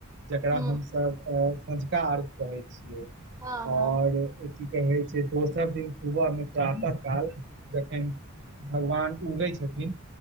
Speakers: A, on the right; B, on the right.
A: जकरा
B: हूँ
A: हमसभ अ संझका अर्घ के हय छीये
B: हँ हँ
A: और की कहै छै दोसर दिन सुबह मे प्रातः काल जखन भगवान उगै छथिन।